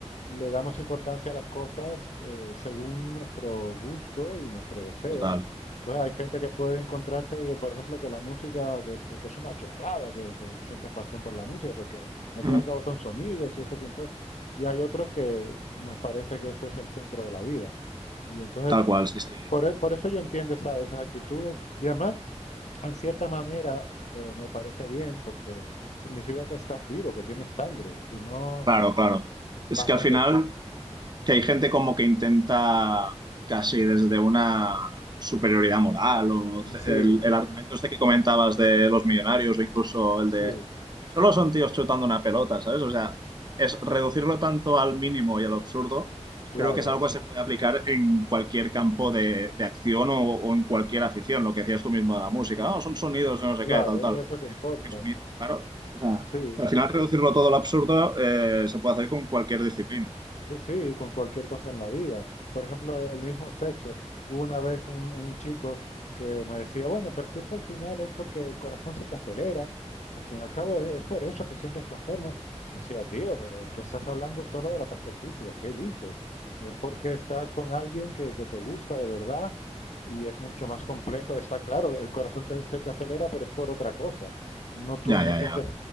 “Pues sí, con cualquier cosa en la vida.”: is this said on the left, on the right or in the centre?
Left